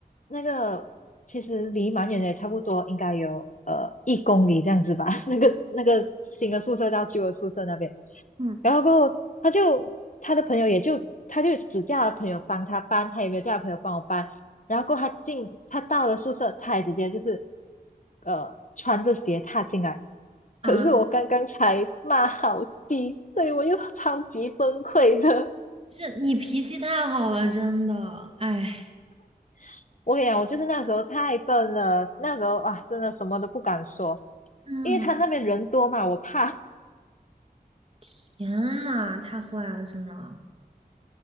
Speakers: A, on the left (about 50°); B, on the right (about 35°).
A: 那个其实离蛮远的，也差不多应该有呃一公里这样子吧，<laughs> 那个那个新的宿舍到旧的宿舍那边，
B: 嗯
A: 然后过后他就他的朋友也就他就只叫他朋友帮他搬，他也没有叫他朋友帮我搬，然后过后他进他到了宿舍，他也直接就是呃穿着鞋踏进来。可是我刚刚才骂好低，
B: 啊。
A: 所以我又超级崩溃的。
B: 是你脾气太好了，真的，哎，
A: <laughs> 我跟你讲，我就是那时候太笨了，那时候啊，真的什么都不敢说，
B: 嗯，
A: 因为他那边人多嘛，我怕。<laughs>
B: 天呐，太坏了，真的，